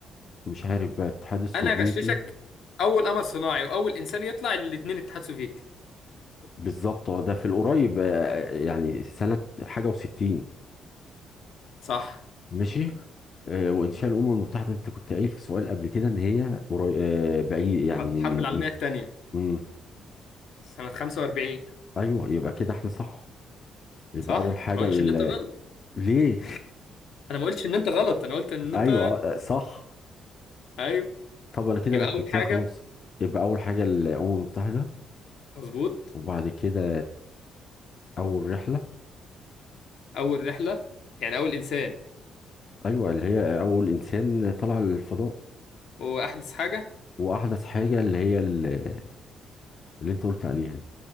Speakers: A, on the left; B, on the left.
A: مش عارف بقى الاتحاد السوفيتي
B: انا هغششك اول قمر صناعي واول انسان يطلع الاتنين اتحاد سوفيتي
A: بالظبط اه ده في القريب آه، يعني سنة حاجة وستين
B: صح
A: ماشي آه، وإنشاء الأمم المتحدة أنت كنت قايل في سؤال قبل كده إن هي قريب آه، بعيد يعني
B: بعد
A: من
B: الحرب العالمية
A: من-
B: التانية
A: مم.
B: سنة 45
A: أيوه يبقى كده إحنا صح يبقى
B: صح
A: أول حاجة
B: انا ما قلتش
A: ال-
B: ان انت غلط
A: ليه؟
B: انا ما قلتش ان انت غلط انا قلت
A: <laughs>
B: ان
A: ايوه
B: انت
A: آه، صح
B: <laughs> ايوه
A: طب انا كده
B: يبقى
A: رتبتها
B: اول حاجة
A: خلاص يبقى اول حاجه الامم المتحده
B: مظبوط
A: وبعد كده اول رحله
B: اول رحلة يعني اول انسان
A: ايوه اللي هي اول انسان طلع للفضاء
B: واحدث حاجة
A: واحدث حاجه اللي هي ال- اللي انت قلت عليها دي